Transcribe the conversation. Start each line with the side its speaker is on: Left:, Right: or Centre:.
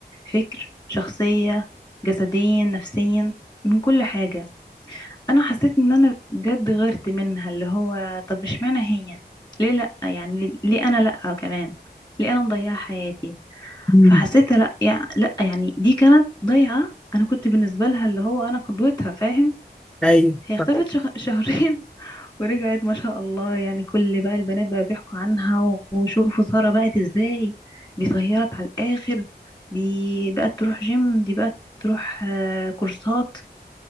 Left: فكر شخصية جسديا نفسيا من كل حاجة انا حسيت ان انا بجد غيرت منها اللي هو طب اشمعنى هي ليه لا يعني ليه انا لا كمان ليه انا مضيعة حياتي
Centre: مم.
Left: فحسيت لا يعني لا يعني دي كانت ضيعة انا كنت بالنسبة لها اللي هو انا قدوتها فاهم
Centre: أيوه
Left: هي اختفت
Centre: فاهم.
Left: شخ... <laughs> شهرين ورجعت ما شاء الله يعني كل بقى البنات بقى بيحكوا عنها وشوفوا سارة بقت ازاي دي طيرت على الآخر دي بقت تروح جيم دي بقت تروح آه، كورسات